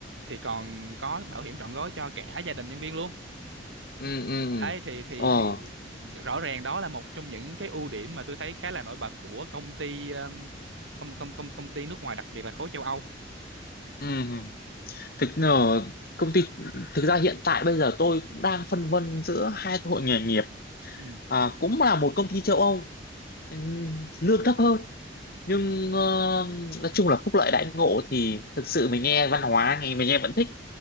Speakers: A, on the right (about 80°); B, on the left (about 55°).
A: thì còn có bảo hiểm trọn gói cho cả gia đình nhân viên luôn.
B: ừ ừ
A: Đấy thì thì
B: ờ
A: thì rõ ràng đó là một trong những cái ưu điểm mà tôi thấy khá là nổi bật của công ty um, công công công công ty nước ngoài đặc biệt là khối châu Âu.
B: ừ thực ờ, công ty thực ra hiện tại bây giờ tôi cũng đang phân vân giữa hai cơ hội nghề nghiệp
A: Ừ
B: à, cũng là một công ty châu Âu ừm, lương thấp hơn nhưng ờ, nói chung là phúc lợi đãi ngộ thì thực sự mình nghe văn hóa nghe mình nghe vẫn thích